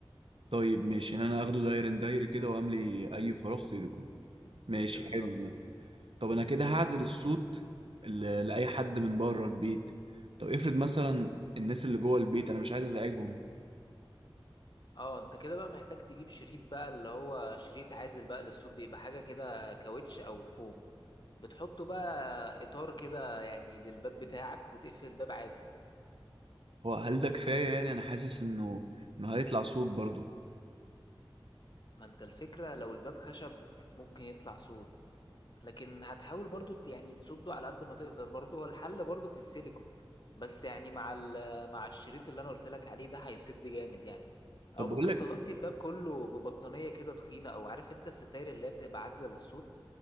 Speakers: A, on the right; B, on the left.
A: طيب ماشي ان انا اخده داير ان داير كده واملي اي فراغ سيليكون ماشي
B: بالظبط
A: حلو ده طب انا كده هعزل الصوت ل- لاي حد من بره البيت طب افرض مثلا الناس اللي جوه البيت انا مش عايز ازعجهم
B: اه انت كده بقى محتاج تجيب شريط بقى اللي هو شريط عازل بقى للصوت بيبقى حاجة كده كاوتش أو فوم بتحطه بقى إطار كده يعني للباب بتاعك وتقفل الباب عادي
A: هو هل ده كفايه يعني انا حاسس انه انه هيطلع صوت برضو
B: ما انت الفكرة لو الباب خشب ممكن يطلع صوت لكن هتحاول برضو ت- يعني تصده على قد ما تقدر برضو هو الحل برضو في السيليكون بس يعني مع ال- مع الشريط اللي انا قلت لك عليه ده هيسد جامد يعني
A: طب
B: او
A: بقول
B: ممكن
A: لك
B: تغطي الباب كله ببطانية كده تخينة او عارف انت الستاير اللي هي بتبقى عازلة للصوت